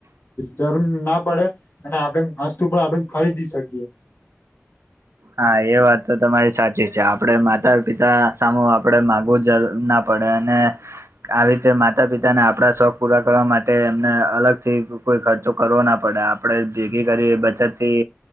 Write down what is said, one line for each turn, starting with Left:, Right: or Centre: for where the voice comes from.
Left: જરૂર ના પડે. અને આપડે વસ્તુ પણ આપડે ખરીદી શકીએ.
Right: હા એ વાત તો તમારી સાચી છે આપડે માતા પિતા સામું આપણેે માગવું જ ના પડે અને આવી રીતે માતા પિતાને આપડા શોખ પૂરા કરવા માટે એમને અલગ થી કોઈ ખર્ચો કરવો ના પડે આપડે ભેગી કરી બચત થી